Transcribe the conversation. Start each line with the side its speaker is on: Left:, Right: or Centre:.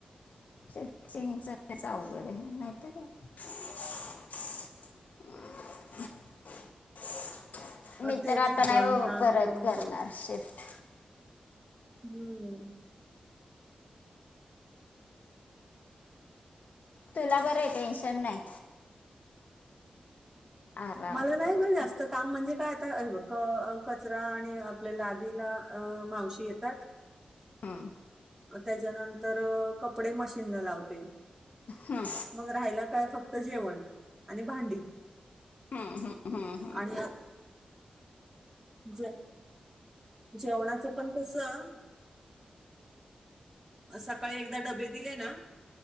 Left: <unintelligible> अवघड आहे <unintelligible>
Right: अ,
Left: मी
Right: तेच
Left: तर आता
Right: होतं
Left: नाही बाबा
Right: काम
Left: परत
Right: करून,
Left: करणार शिफ्ट.
Right: हम्म
Left: तुला बरंय, टेन्शन नाही आराम
Right: मला नाही
Left: करू
Right: ग जास्त काम म्हणजे काय आता हे बघ अ कचरा आणि आपल्या लादीला मावशी येतात.
Left: हम
Right: त्याच्यानंतर अ कपडे मशीनला लावते,
Left: हम्म,
Right: मग राह्यलं काय फक् त जेवण आणि भांडी,
Left: हम्म, हम्म, हम्म,
Right: आणि अ ज जेवणाचं पण कसं अ सकाळी एकदा डबे दिले ना,